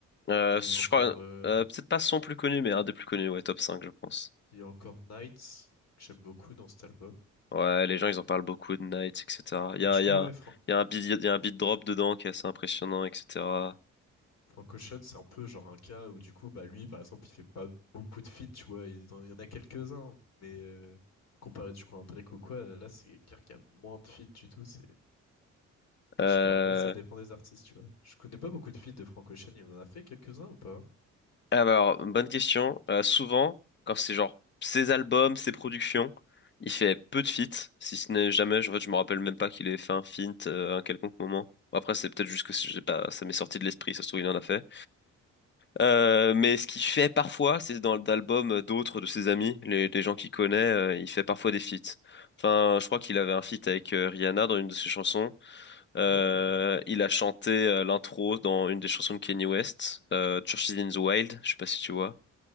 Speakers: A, on the left (about 35°); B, on the left (about 60°).
A: Euh,
B: où
A: je
B: il y a encore,
A: crois,
B: euh,
A: euh, peut-être pas son plus connu, mais un des plus connus, ouais, top 5 je pense.
B: il y a encore Nights, que j'aime beaucoup dans cet album.
A: Ouais, les gens, ils en parlent beaucoup de Night, etc.
B: Mm. Mais
A: Il y a,
B: du
A: il
B: coup,
A: y a,
B: ouais,
A: il y a un beat, il y a un beat drop dedans qui est assez impressionnant, etc.
B: Frank Ocean, c'est un peu genre un cas où du coup, bah lui, par exemple, il fait pas beaucoup de feats, tu vois, il, en- il y en a quelques-uns, mais euh, comparé du coup à un Drake ou quoi, là c'est clair qu'il y a moins de feats du tout, c'est,
A: Euh...
B: je sais pas, en vrai ça dépend des artistes, tu vois. Je connais pas beaucoup de feats de Frank Ocean, il en a fait quelques-uns ou pas?
A: ah bah alors, bonne question. Euh, souvent, quand c'est genre ses albums, ses productions, il fait peu de feats, si ce n'est jamais, je, en fait, je me rappelle même pas qu'il ait fait un feat euh, à un quelconque moment. Bon, Après, c'est peut-être juste que j'ai pas, ça m'est sorti de l'esprit, ça se trouve, il en a fait. Euh, mais ce qu'il fait parfois, c'est dans l'album d'autres de ses amis, les, les gens qu'il connaît, euh, il fait parfois des feats. Enfin, je crois qu'il avait un feat avec euh, Rihanna dans une de ses chansons. Euh,
B: Ah ouais?
A: il a chanté euh, l'intro dans une des chansons de Kanye West, euh, Churches in the Wild, je sais pas si tu vois.